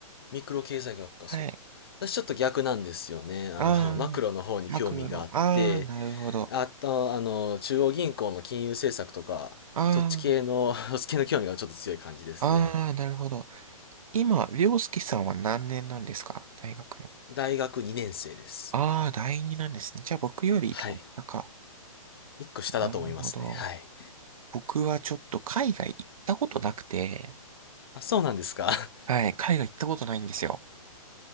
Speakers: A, on the left; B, on the right.
A: ミクロ経済学か、
B: はい。
A: そう。私ちょっと逆なんですよね。あの、
B: あ
A: <laughs> マクロの方に興味があって、
B: あ、悪魔の、ああ、なるほど。
A: あと、あの、中央銀行の金融政策とか、
B: あ
A: そっち系の、<laughs> そっち系の興味がちょっと強い感じですね。
B: あ、ああ、なるほど。今、凌介さんは何年なんですか大学の。
A: 大学2年生です。
B: ああ、第二なんですね。じゃあ僕より一個高。
A: はい。1個下だと思いますね。
B: なるほど。
A: はい。
B: 僕はちょっと海外行ったことなくて、
A: あ、そうなんですか。<laughs>
B: はい、海外行ったことないんですよ。